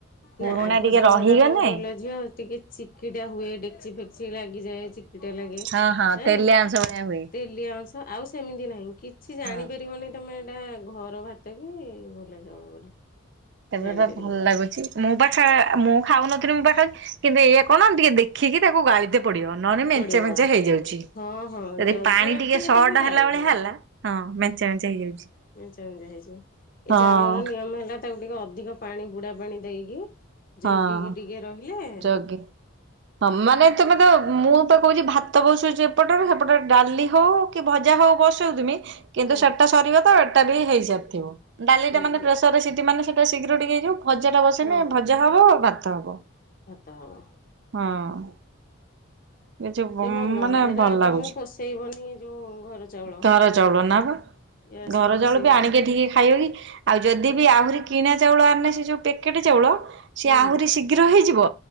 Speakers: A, on the right; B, on the left.
A: ପୁରୁଣା
B: ନା ଆଗ
A: ଟିକେ
B: ଚାଉଳ
A: ରହିଗଲେ
B: ଟା କଣ କିଲ ଝିଅ ଟିକେ ଚି ଚିକିଟା ହୁଏ ଡେକଚି ଫେକ୍ଚି ଲାଗିଯାଏ ଚିକିଟା ଲାଗେଁ
A: ହଁ ହଁ ତେଲିଆ
B: ଆ।
A: ଅଂଶ ଭଳିଆ ହୁଏ
B: ତେଲିଆ ଅଂଶ ଆଉ ସେମିତି ନାହିଁ କିଛି ଜାଣିପାରିବନି
A: ହଁ
B: ତମେ ଏଇଟା ଘର ଭାତ କି ଗୋଲା ଚାଉଳ ବୋଲି।
A: ତେବେ
B: ଜାଣିପାରିବନି।
A: ତ ଭଲ ଲାଗୁଛି ମୁଁ ତ ଖାଏ ମୁଁ ଖାଉନଥିଲି ମୁଁ ପା ଖାଉ କିନ୍ତୁ ଏଇଆ କଣ ଟିକେ ଦେଖିକି ତାକୁ ଗାଳିିତେ ପଡିବ ନହେଲେ ମେଞ୍ଚେ
B: ପଡିବ
A: ମେଞ୍ଚେ ହେଇଯାଉଛି
B: ହଁ ହଁ
A: ଯଦି
B: ଜଗି
A: ପାଣି
B: ରଖିକି
A: ଟିକେ ସର୍ଟ
B: ତାକୁ ଗାଳିବ
A: ହେଲା ଭଳିଆ ହେଲା ଲା ହଁ ମେଞ୍ଚା ମେଞ୍ଚା ହେଇଯାଉଛି।
B: ମେଞ୍ଚା ମେଞ୍ଚା ହେଇଯିବ ଏଇ
A: ହଁ
B: ଚାଉଳର ନିୟମ ହେଲା ତାକୁ ଟିକେ ଅଧିକ ପାଣି ବୁଡା ପାଣି ଦେଇକି
A: ହଁ
B: ଜଗିକି ଟିକେ ରହିଲେ
A: ଜଗି
B: ହବ।
A: ହଁ ମାନେ ତମେ ତ ମୁଁ ପା କହୁଛି ଭାତ ବସୁଛି ଏପଟରେ ସେପଟ ଡାଲି ହଉ କି ଭଜା ହଉ ବଶୁଥିମି କିନ୍ତୁ
B: ହୁଁ
A: ସେଟା ସରିବ ତ ଏଟା ବି ହେଇସାରିଥିବ ଡାଲି
B: ହେଇଯିବ
A: ଟା ମାନେ ପ୍ରେସର ସିଟି ମାନେ ସି ଟେ ଶୀଘ୍ର ଟିକେ ହେଇଯିବ ଭଜା ବସେଇନେ
B: ହଁ
A: ଓ ଭାତ ହବ।
B: ଭାତ ହବ।
A: ହଁ। ଏ ଯୋଉ
B: ସେ ଭଲ
A: ମ ମାନେ
B: ଏରା
A: ଭଲ
B: ତମକୁ
A: ଲାଗୁଛି
B: ପୋଷେଇବନି ଯୋଉ ଘର ଚାଉଳ।
A: ଦର ଚାଉଳ ନା ପା
B: ଗ୍ୟାସ
A: ଘର
B: ରେ ପୋଷେଇବନି
A: ଚାଉଳ ପି ଆଣିକି ଠିକେ ଖାଇବ ପି ଆଉ ଯଦି ବି ଆହୁରି କିଣା ଚାଉଳ ଆଣିନେ ସେ ଯୋଉ ପ୍ୟାକେଟ୍ ଚାଉଳ ସିଏ
B: ହୁଁ
A: ଆହୁରି ଶୀଘ୍ର ହେଇଯିବ